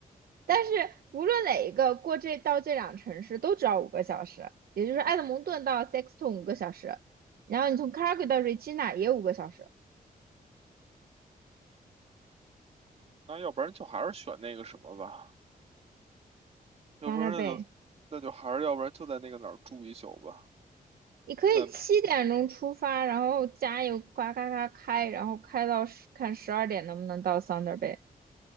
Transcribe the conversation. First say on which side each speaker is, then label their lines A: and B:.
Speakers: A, on the right (about 80°); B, on the right (about 45°).
A: 但是无论哪一个过这到这两城市都只要五个小时，也就是埃德蒙顿到 Saxton 五个小时，然后你从 c a l g a y 到 Regina 也五个小时，
B: 那要不然就还是选那个什么吧，要不然那就那就还是要不然就在那个哪儿住一宿吧，
A: 在那儿背。你可以七点钟出发，
B: 在
A: 然后加油，呱嘎嘎开，然后开到十，看十二点能不能到 Thunder Bay。